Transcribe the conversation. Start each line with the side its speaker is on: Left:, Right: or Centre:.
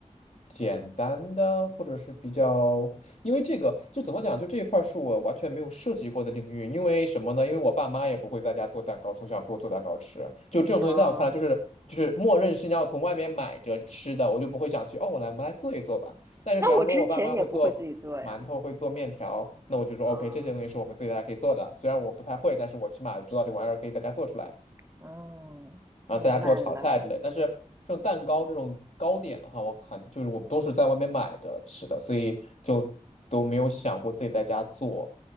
Left: 简单的，或者是比较，因为这个就怎么讲，就这一块儿是我完全没有涉及过的领域。因为什么呢？因为我爸妈也不会在家做蛋糕，从小给我做蛋糕吃。就这种东西，
Right: 啊、
Left: 在我看来就是就是默认是你要从外面买着吃的，我就不会想去哦，我来我们来做一做吧。但是比方说，
Right: 那我之前也不会自己做呀。
Left: 我爸妈会做。馒头，会做面条，那我就说 OK，
Right: 啊、
Left: 这些东西是我们自己在家可以做的。虽然我不太会，但是我起码我知道这玩意儿可以在家做出来，
Right: 嗯，
Left: 然后在家做炒菜之类。
Right: 明白了。
Left: 但是这种蛋糕这种糕点的话，我看就是我们都是在外面买的吃的，所以就都没有想过自己在家做。